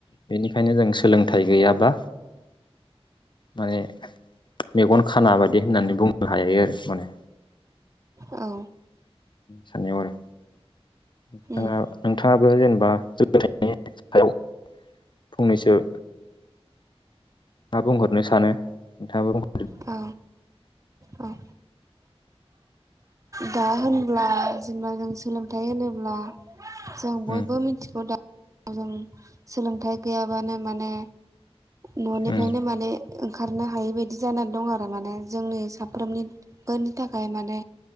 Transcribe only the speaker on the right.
औ।
उम
औ। औ दा होनब्ला जेनबा जों सोलोंथाइ होनोब्ला जों बयबो
मिथिगौ दा जों सोलोंथाइ गैयाबानो माने न'निफ्रायनो
माने ओंखारनो हायै बायदि जानानै दं आरो माने जोंनि साफ्रोमनि बोनि थाखाय माने